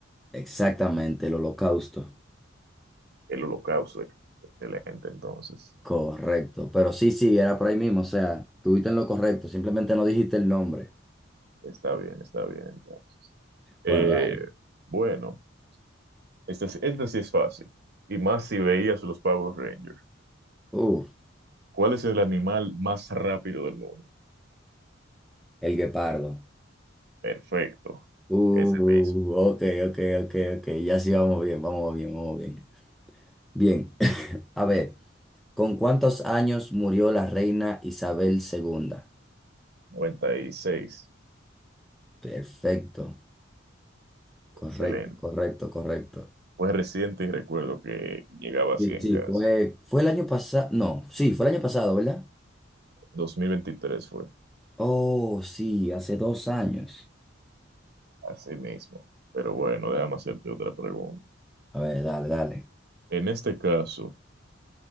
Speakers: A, in the centre; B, on the right (about 50°).
A: Exactamente, el holocausto.
B: el holocausto, excelente entonces.
A: Correcto. Pero sí, sí, era por ahí mismo. O sea, tuviste en lo correcto. Simplemente no dijiste el nombre.
B: Está bien, está bien, entonces. Eh,
A: Bueno, dale.
B: bueno, esta, es- esta sí es fácil. Y más si veías los Power Rangers.
A: Uf,
B: ¿Cuál es el animal más rápido del mundo?
A: el guepardo.
B: Perfecto.
A: Uh,
B: Ese mismo.
A: ok, ok, ok, ok. Ya sí vamos bien, vamos bien, vamos bien. Bien. <laughs> <clears throat> A ver, ¿con cuántos años murió la reina Isabel segunda
B: noventa y seis.
A: Perfecto.
B: Excelente.
A: Correcto, correcto, correcto.
B: Fue reciente y recuerdo que llegaba a
A: Sí,
B: 100
A: sí,
B: casi.
A: fue, fue el año pasado. No, sí, fue el año pasado, ¿verdad?
B: dos mil veintitrés fue.
A: Oh, sí, hace dos años.
B: Así mismo. Pero bueno, déjame hacerte otra pregunta.
A: A ver, dale, dale.
B: En este caso,